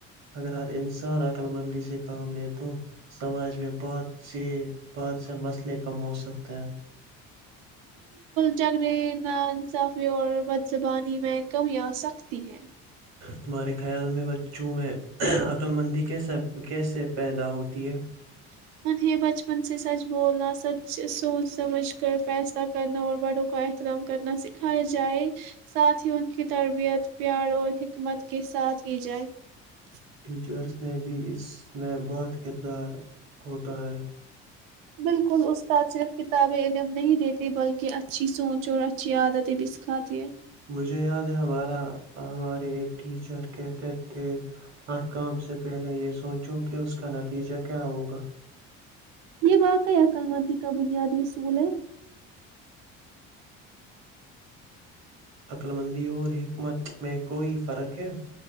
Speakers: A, on the right (about 60°); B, on the right (about 85°).
A: اگر ہر انسان عقللمندی سے کام لے تو سماج میں سے بعد سے مسئلے کم ہوسکتے ہے
B: جگڑے ناانصافی اور بد زبانی میں کمیاں سختی ہیں <unintelligible>
A: تمہارے خیال میں بچوں میں عقللمندی کیسا کیسے پیدا ہوتی ہے <unintelligible>
B: <unintelligible>
A: ٹھیکچر <unintelligible> نے بھی اس میں بہت کردار ہوتا ہے <unintelligible>
B: بالکل استاد صرف کتاب علم نہیں دیتے بلکہ اچھی سوچ اور اچھی عادتیں بھی سکھاتی ہے
A: مجھے یاد ہے ہمارا ہمارے ایک ٹیچر کہتے تھے <unintelligible> ہر کام سے پہلے یہ سوچو کہ اس کا نتیجہ کیا ہوگا
B: یہ واںقع عقللمندی کا بنیادی اصول ہے
A: عقلمندی اور حکمت میں کوئی فرق ہے